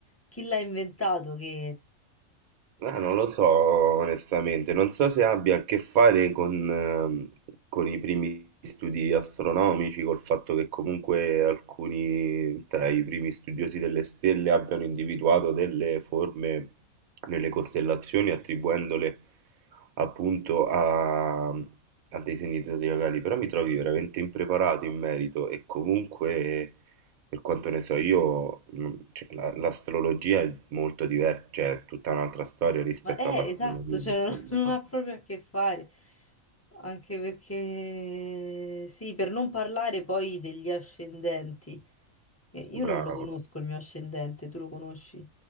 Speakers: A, on the left (about 15°); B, on the right (about 85°).
A: Chi l'ha inventato che...
B: Eh, non lo so onestamente, non so se abbia a che fare con, ehm, con i primi studi astronomici, col fatto che comunque alcuni tra i primi studiosi delle stelle abbiano individuato delle forme nelle costellazioni attribuendole appunto a, a dei scenizzatori locali, però mi trovi veramente impreparato in merito e comunque per quanto ne so io, mm, cioè, la- l'astrologia è molto diversa, cioè è tutta un'altra storia rispetto
A: Ma eh,
B: all'astronomia,
A: esatto,
B: insomma.
A: cioè non, <laughs> non ha proprio a che fare. Anche perché, sì, per non parlare poi degli ascendenti. Eh, Io non
B: Bravo.
A: lo conosco il mio ascendente, tu lo conosci?